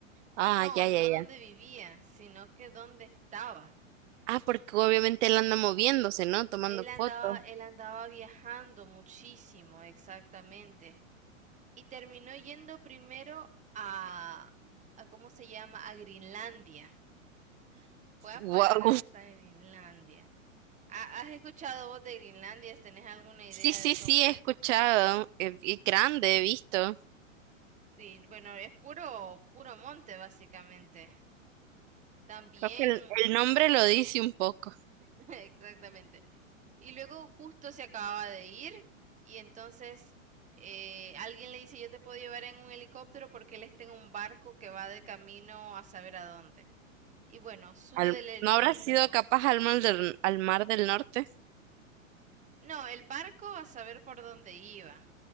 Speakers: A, on the right (about 60°); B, on the right (about 20°).
A: Ah,
B: No,
A: ya,
B: no
A: ya, ya.
B: dónde vivía, sino que dónde estaba.
A: Ah, porque obviamente él anda moviéndose, ¿no? Tomando
B: Él
A: fotos.
B: andaba, él andaba viajando muchísimo, exactamente. Y terminó yendo primero a, a ¿cómo se llama? A Greenlandia. Fue a
A: Wow.
B: parar hasta Greenlandia. ¿Ha- ¿Has escuchado vos de Groenlandia? ¿Tenés alguna idea
A: Sí, sí,
B: de
A: sí,
B: cómo
A: he
B: es?
A: escuchado. eh, Y grande, he visto.
B: Sí, bueno, es puro, puro monte, básicamente. También,
A: Creo que el, el nombre lo dice un poco.
B: <laughs> exactamente. Y luego justo se acababa de ir y entonces eh, alguien le dice, yo te puedo llevar en un helicóptero porque él está en un barco que va de camino a saber a dónde. Y bueno, sube
A: Al-
B: del helicóptero.
A: ¿no habrá sido capaz al mar del, al mar del norte?
B: No, el barco a saber por dónde iba,